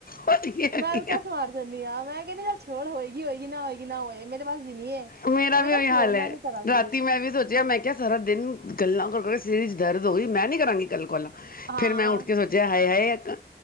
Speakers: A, on the left; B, on the right.
A: ਵਰਗੇ ਹੈਗੇ
B: ਮੈਂ ਅਲਕਸ
A: ਆ
B: ਮਾਰ ਜਾਨੀ ਹਾਂ, ਮੈਂ ਕਹਿੰਦੀ ਚੱਲ ਛੋੜ ਹੋਏਗੀ ਹੋਏਗੀ ਨਾ ਹੋਏਗੀ ਨਾ ਹੋਏ ਮੇਰੇ ਪਾਸ ਦੀ ਨੀ ਹੈ
A: ਮੇਰਾ
B: ਮੈਂ
A: ਵੀ
B: ਕਿਹਾ
A: ਉਹੀ ਹਾਲ
B: ਛੋੜ
A: ਹੈ,
B: ਮੈਂ ਨੀ ਕਰਾਂਗੀ
A: ਰਾਤੀ ਮੈਂ ਵੀ ਸੋਚਿਆ, ਮੈਂ ਕਿਹਾ ਸਾਰਾ ਦਿਨ ਗੱਲਾਂ ਕਰੋ ਸਿਰ ਚ ਦਰਦ ਹੋ ਗਈ, ਮੈਂ ਨੀ ਕਰਾਂਗੀ ਕੱਲ ਕੋਲਾ
B: ਹਾਂ
A: ਫਿਰ ਮੈਂ ਉੱਠ ਕੇ ਸੋਚਿਆ, ਹਾਏ, ਹਾਏ